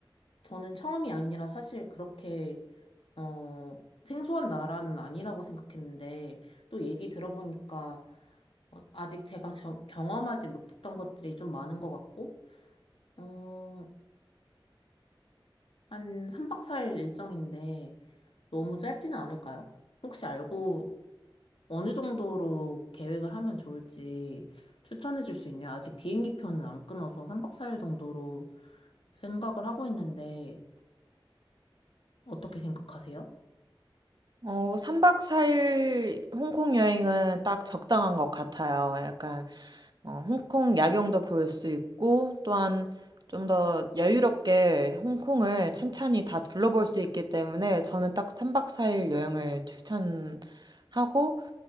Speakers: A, on the left (about 80°); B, on the right (about 50°).
A: 저는 처음이 아니라 사실 그렇게 어, 생소한 나라는 아니라고 생각했는데, 또 얘기 들어보니까, 어, 아직 제가 저- 경험하지 못했던 것들이 좀 많은 것 같고, 어, 한 3박 4일 일정인데, 너무 짧지는 않을까요? 혹시 알고 어느 정도로 계획을 하면 좋을지 추천해 줄 수 있나요? 아직 비행기 표는 안 끊어서 3박 4일 정도로 생각을 하고 있는데, 어떻게 생각하세요?
B: 어, 3박 4일 홍콩 여행은 딱 적당한 것 같아요. 약간, 어, 홍콩 야경도 볼 수 있고, 또한 좀 더 여유롭게 홍콩을 찬찬히 다 둘러볼 수 있기 때문에 저는 딱 3박 4일 여행을 추천하고,